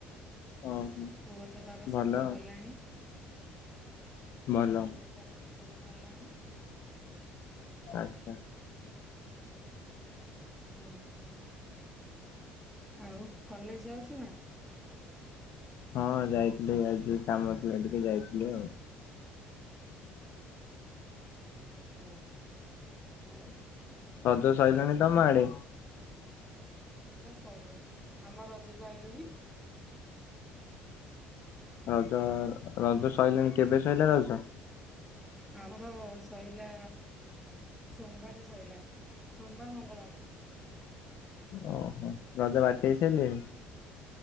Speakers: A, on the left (about 60°); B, in the centre.
A: ଓହୋ
B: ପୁଅ ତ ତାର
A: ଭଲ
B: ସ୍କୁଲ ଗଲାଣି
A: ଭଲ
B: ପୁଅ ତାର ସ୍କୁଲ ଗଲା
A: ଆଛା
B: ହୁଁ ହୁଁ ଆଉ କଲେଜ ଯାଉଛିୁ ନା
A: ହଁ ଯାଇଥିଲି ଆଜି କାମ ଥିଲା ଟିକେ ଯାଇଥିଲି ଆଉ
B: ଓହୋ ହଉ
A: ରଜ ସରିଲାଣି ତମ
B: ଆଉ
A: ଆଡେ
B: ହଁ ସହିଲ ଆମ ରଜକୁ ଆଇିଲୁନି
A: ରଜ ରଜ ସରିଲାଣି କେବେ ସରିଲା ରଜ
B: ଆମର ଶ ଲା ସୋମବାରରେ ଶୋଇଲା ସୋମବାର ମଙ୍ଗଳବାର
A: ଓହୋ ରଜ ବାଟ ହେଇ ସାରିଲେଣି